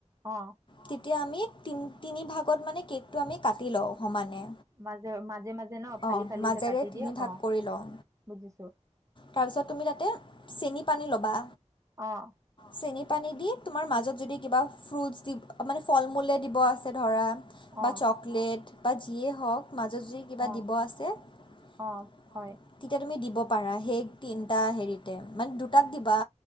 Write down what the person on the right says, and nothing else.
অ
মাজে, মাজে মাজে ন ফালি
ফালি
যে কাটি
দিয়ে
অ
বুজিছো।
অ
অ
অ
অ হয়